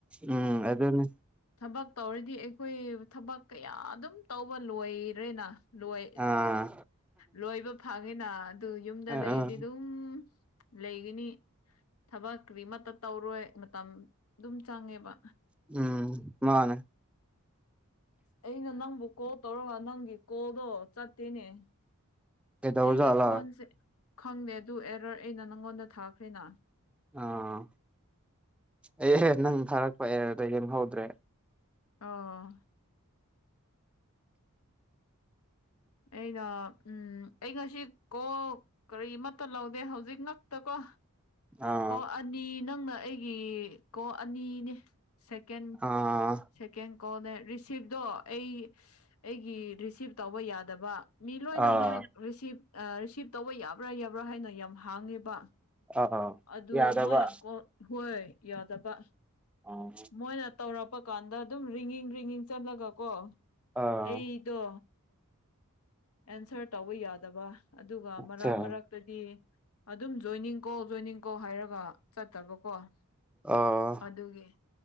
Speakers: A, in the centre; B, on the left.
A: ꯎꯝ ꯑꯗꯨꯗ
B: ꯊꯕꯛ ꯇꯧꯔꯗꯤ ꯑꯩꯈꯣꯏ ꯊꯕꯛ ꯀꯌꯥ ꯑꯗꯨꯝ ꯇꯧꯕ ꯂꯣꯏꯔꯦꯅ ꯂꯣꯏ
A: ꯑꯥ
B: ꯂꯣꯏꯕ ꯐꯪꯉꯤꯅ ꯑꯗꯨ ꯌꯨꯝꯗ
A: ꯑ
B: ꯂꯩꯔꯗꯤ
A: ꯑꯥ
B: ꯑꯗꯨꯝ ꯂꯩꯒꯅꯤ ꯊꯕꯛ ꯀꯔꯤꯃꯠꯇ ꯇꯧꯔꯣꯏ ꯃꯇꯝ ꯑꯗꯨꯝ ꯆꯪꯉꯦꯕ
A: ꯎꯝ ꯃꯥꯅꯦ
B: ꯑꯩꯅ ꯅꯪꯕꯨ ꯀꯣꯜ ꯇꯧꯔꯒ ꯅꯪꯒꯤ ꯀꯣꯜꯗꯣ ꯆꯠꯇꯦꯅꯦ
A: ꯀꯩꯗꯧꯔꯖꯥꯠꯂꯥ
B: ꯑꯩꯒꯤ ꯐꯣꯟꯁꯦ ꯈꯪꯗꯦ ꯑꯗꯨ ꯑꯦꯔꯔ ꯑꯩꯅ ꯅꯪꯉꯣꯟꯗ ꯊꯥꯈ꯭ꯔꯦꯅ
A: ꯑꯥ ꯑꯦ ꯅꯪ ꯊꯥꯔꯛꯄ ꯑꯦꯔꯗ ꯌꯦꯡꯍꯧꯗ꯭ꯔꯦ
B: ꯑꯥ ꯑꯩꯅ ꯎꯝ ꯑꯩ ꯉꯁꯤ ꯀꯣ ꯀꯔꯤ ꯑꯃꯠꯇ ꯂꯧꯗꯦ ꯍꯧꯖꯤꯛ ꯉꯛꯇꯀꯣ
A: ꯑꯥ
B: ꯀꯣ ꯑꯅꯤ ꯅꯪꯅ ꯑꯩꯒꯤ ꯀꯣ ꯑꯅꯤꯅꯦ ꯁꯦꯀꯦꯟ
A: ꯑꯥ
B: ꯁꯦꯀꯦꯟ ꯀꯣꯜꯅꯦ ꯔꯤꯁꯤꯞꯇꯣ ꯑꯩ ꯑꯩꯒꯤ ꯔꯤꯁꯤꯞ ꯇꯧꯕ ꯌꯥꯗꯕ ꯃꯤ ꯂꯣꯏꯅꯃꯛ
A: ꯑꯥ
B: ꯔꯤꯁꯤꯞ ꯔꯤꯁꯤꯞ ꯇꯧꯕ ꯌꯥꯕ꯭ꯔꯥ ꯌꯥꯕ꯭ꯔꯥ ꯍꯥꯏꯅꯣ ꯌꯥꯝ ꯍꯥꯡꯉꯦꯕ
A: ꯑꯥ
B: ꯑꯗꯨ
A: ꯌꯥꯗꯕ
B: ꯃꯣꯏꯅ ꯀ ꯍꯣꯏ ꯐꯕ
A: ꯑꯥ
B: ꯃꯣꯏꯅ ꯇꯧꯔꯛꯄ ꯀꯥꯟꯗ ꯑꯗꯨꯝ ꯔꯤꯉꯡ ꯔꯤꯉꯡ ꯆꯠꯂꯒ ꯀꯣ
A: ꯑꯥ
B: ꯑꯩꯗꯣ ꯑꯦꯟꯁꯔ ꯇꯧꯕ ꯌꯥꯗꯕ ꯑꯗꯨꯒ
A: ꯑꯆꯥ
B: ꯃꯔꯛ ꯃꯔꯛꯇꯗꯤ ꯑꯗꯨꯝ ꯖꯣꯏꯅꯤꯡ ꯀꯣ ꯖꯣꯏꯅꯤꯡ ꯀꯣ ꯍꯥꯏꯔꯒ ꯆꯠꯇꯕꯀꯣ
A: ꯑꯥ
B: ꯑꯗꯨꯒꯤ